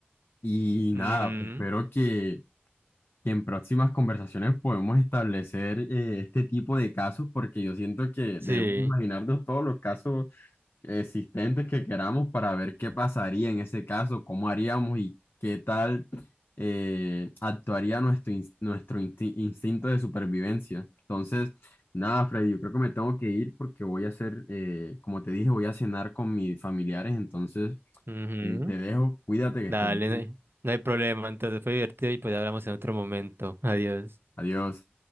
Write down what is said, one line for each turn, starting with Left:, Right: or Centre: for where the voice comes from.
Left: Y
Right: Ujú.
Left: nada, espero que, que en próximas conversaciones podemos establecer eh, este tipo de casos, porque yo siento que
Right: Sí.
Left: debemos imaginarnos todos los casos existentes que queramos para ver qué pasaría en ese caso, cómo haríamos y qué tal eh, actuaría nuestro, ins- nuestro insti- instinto de supervivencia. Entonces, nada, Freddy, yo creo que me tengo que ir porque voy a hacer, eh, como te dije, voy a cenar con mis familiares, entonces
Right: Ujú.
Left: eh, te dejo, cuídate que
Right: Dale,
Left: estés bien.
Right: no hay, no hay problema. Entonces fue divertido y pues hablamos en otro momento. Adiós.
Left: Adiós.